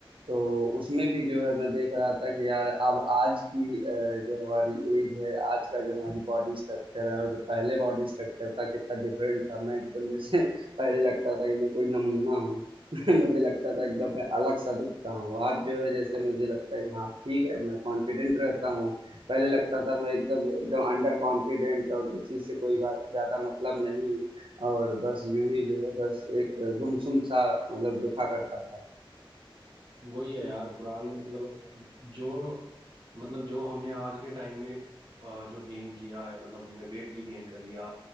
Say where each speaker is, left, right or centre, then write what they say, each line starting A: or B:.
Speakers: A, on the right (about 65°); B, on the right (about 50°).
A: तो उसमें भी जो है मैं देख रहा था कि यार अब आज की अ, जो हमारी एज है आज का जो हमारी बॉडी स्ट्रक्चर है और जो पहले बॉडी स्ट्रक्चर था कितना डिफरेंट था मैं एकदम जैसे <laughs> पहले लगता था कि मैं कोई नमूना हूँ <laughs> मुझे लगता था एकदम मैं अलग सा दिखता हूँ आज जो है जैसे मुझे लगता है कि हाँ ठीक है मैं कॉन्फिडेंट रहता हूँ पहले लगता था मैं एकदम एकदम अंडर कॉन्फिडेंट और किसी से कोई बात ज़्यादा मतलब नहीं और बस यूं ही जो है बस एक गुमसुम सा मतलब देखा करता था
B: वही है यार पुराने मतलब जो मतलब जो हमने आज के टाइम में अ, जो गेन किया है मतलब हमने वेट भी गेन कर लिया